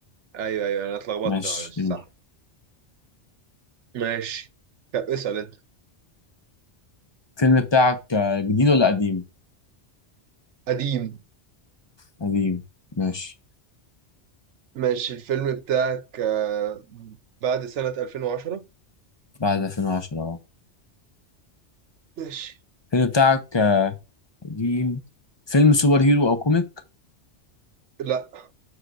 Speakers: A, on the right (about 80°); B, on the left (about 25°).
A: ايوه ايوه انا اتلخبطت
B: ماشي
A: معلش
B: يلا.
A: صح ماشي طب اسال انت
B: الفيلم بتاعك آه، جديد ولا قديم
A: قديم
B: قديم ماشي
A: ماشي الفيلم بتاعك آه، بعد سنه 2010
B: بعد 2010 اه
A: ماشي
B: الفيلم بتاعك آه، قديم فيلم سوبر هيرو أو كوميك
A: لا